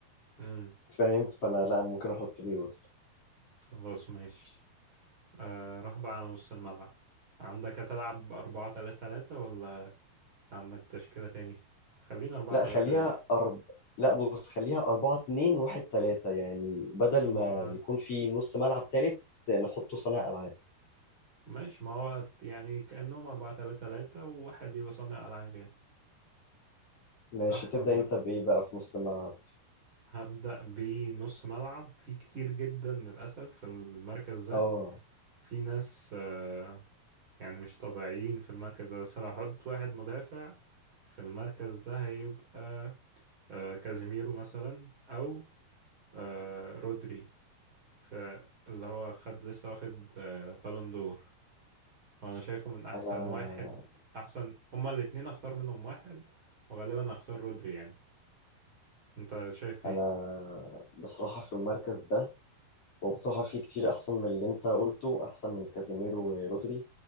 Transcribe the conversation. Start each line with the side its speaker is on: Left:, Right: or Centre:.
Right: امم
Left: فاهم فأنا لا ممكن أحط بيول
Right: خلاص ماشي آه راح بقى على نص الملعب عندك هتلعب أربعة تلاتة تلاتة ولا عندك تشكيلة تاني؟ خلينا أربعة
Left: لا
Right: تلاتة
Left: خليها
Right: تلاتة
Left: أرب لا بص خليها أربعة اتنين واحد تلاتة يعني بدل
Right: أربعة
Left: ما يكون في نص ملعب تالت نحطه صانع ألعاب
Right: ماشي ما هو يعني كأنهم أربعة تلاتة تلاتة وواحد يبقى صانع ألعاب يعني
Left: ماشي
Right: صح
Left: تبدأ
Right: ولا
Left: أنت
Right: لأ؟
Left: بإيه بقى في نص الملعب؟
Right: هبدأ بنص ملعب في كتير جدا للأسف في المركز ده
Left: اه
Right: في ناس آه، يعني مش طبيعيين في المركز ده بس لو هحط واحد مدافع في المركز ده هيبقى آه، كازيميرو مثلا أو آه، رودري فاللي هو خد لسه واخد آه، بالون دور وأنا شايفه من أحسن
Left: انا
Right: واحد أحسن هما الاتنين أختار منهم واحد وغالبا أختار رودري يعني أنت شايف
Left: انا
Right: إيه؟
Left: بصراحه في المركز ده وبصراحه في كتير احسن من اللي انت قلته احسن من كازيميرو ورودري